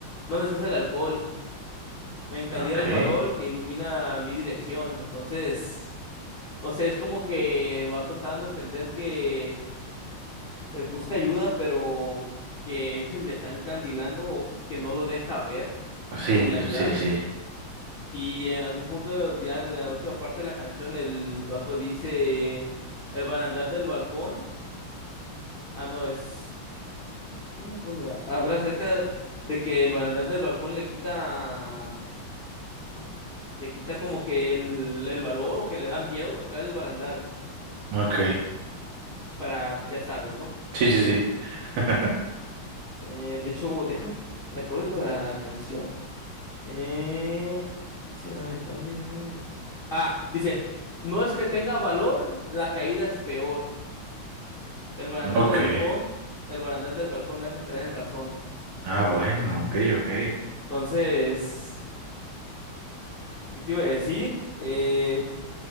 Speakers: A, on the left; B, on the right.
A: no anestesia el alcohol, me encandila
B: Ok,
A: el farol que ilumina mi dirección, entonces... No sé, es como que el vato está dando a entender que eh, busca ayuda, pero que <laughs> le está encandilando o que no lo deja ver
B: sí,
A: con claridad.
B: sí, sí.
A: Y en algún punto ya de la última parte de la canción, el vato dice, el barandal del balcón, ah, no, es, ¿qué es? No, no me acuerdo, ah, habla acerca de que el barandal del balcón le quita, ¿no? le quita como que el, el valor o que le da miedo tocar el barandal,
B: Ok,
A: para, pues, ya sabes, ¿no?
B: sí, sí, sí. <laughs>
A: Eh, de hecho, déjame, me acuerdo de la canción. Eh, dice lamentable. Ah, dice, no es que tenga valor, la caída es peor. El barandal
B: Ok,
A: del balcón, el barandal del balcón me hace entrar en razón.
B: ah, bueno, ok, ok.
A: Entonces, ¿qué te iba a decir? Eh,